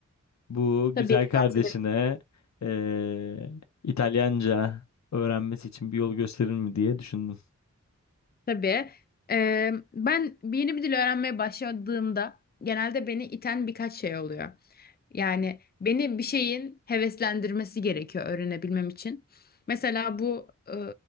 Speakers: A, on the left; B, on the left.
A: Bu güzel
B: Tabii Üniversitede
A: kardeşine eee, İtalyanca öğrenmesi için bir yol gösterir mi diye düşündüm.
B: Tabii. Ee, ben bir yeni bir dil öğrenmeye başladığımda genelde beni iten birkaç şey oluyor. Yani beni bir şeyin heveslendirmesi gerekiyor öğrenebilmem için. Mesela bu e,